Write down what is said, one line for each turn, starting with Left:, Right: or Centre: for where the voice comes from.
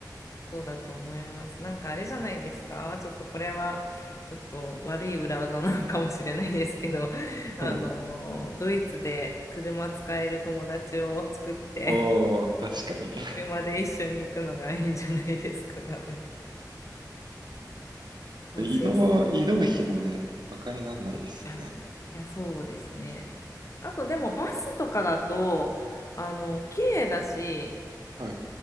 Left: そうだと思います。なんかあれじゃないですか。ちょっとこれは、ちょっと悪い裏技なのかもしれないですけど、<laughs> あの、
Right: うん。
Left: ドイツで車使える友達を作って、
Right: おー、
Left: <laughs>
Right: 確かに。<laughs>
Left: 車で一緒に行くのがいいんじゃないですか、<laughs> 多分。そう、
Right: で、移動、
Left: スイス。
Right: 移動費もね、バカになんないですよね。
Left: あいや、そうですね。あと、でもバスとかだと、あの、綺麗だし、
Right: はい。